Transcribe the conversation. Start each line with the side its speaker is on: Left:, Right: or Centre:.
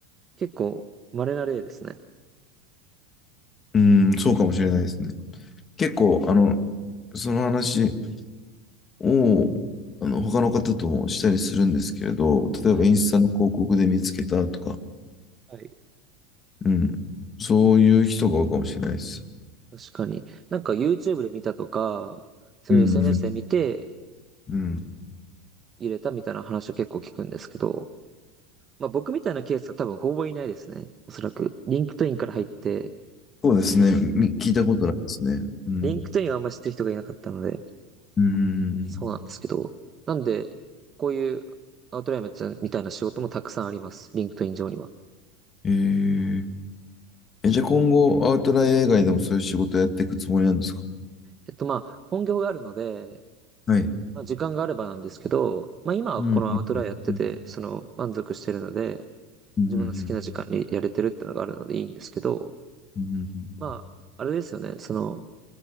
Right: 結構、稀な例ですね。
Left: うん、そうかもしれないですね。結構、あの、その話、を、あの、他の方ともしたりするんですけれど、例えばインスタの広告で見つけたとか、
Right: はい。はい。
Left: うん、そういう人が多いかもしれないです。
Right: 確かに。なんか YouTube で見たとか、そういう
Left: うん、
Right: SNS で見て、
Left: うん、
Right: 入れたみたいな話を結構聞くんですけど、まあ僕みたいなケースが多分ほぼいないですね。おそらく。リンクトインから入って、
Left: そうですね。み聞いたことないですね。うん。
Right: リンクトインはあんま知ってる人がいなかったので、
Left: うん。
Right: そうなんですけど。なんで、こういうアウトラインみたいな仕事もたくさんあります。リンクトイン上には。
Left: えー、え、じゃあ今後、アウトライン以外でもそういう仕事をやっていくつもりなんですか
Right: えっとまあ、本業があるので、
Left: はい。
Right: まあ、時間があればなんですけど、まあ今はこのアウトラインやってて、
Left: うん、あうん、
Right: その満足してるので、
Left: うん、
Right: 自分の好きな時間にやれてるってのがあるのでいいんですけど、
Left: うん、
Right: まあ、あれですよね。その、